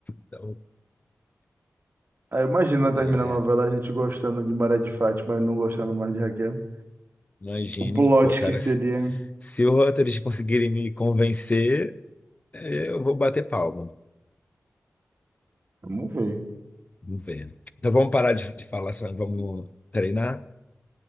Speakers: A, on the left; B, on the right.
A: Então,
B: Aí imagina terminar
A: ah, é.
B: a novela a gente gostando de Maria de Fátima e não gostando mais de Raquel.
A: Imagine,
B: O plot
A: pô, cara,
B: que seria.
A: Se o Rutgers conseguirem me convencer, eh, eu vou bater palma.
B: Vamos ver.
A: Vamos ver. Então vamos parar de, de falar só, e vamos treinar?